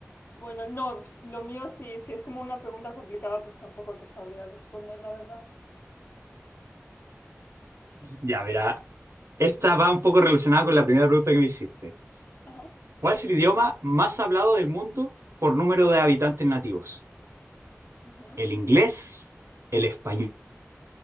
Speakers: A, on the left; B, on the right.
A: Bueno, no, ps- lo mío sí, si es como una pregunta complicada, pues tampoco te sabría responder, la verdad.
B: Ya, mira, esta va un poco relacionada con la primera pregunta que me hiciste.
A: Ajá.
B: ¿Cuál es el idioma más hablado del mundo por número de habitantes nativos?
A: Ujú.
B: ¿El inglés, el español,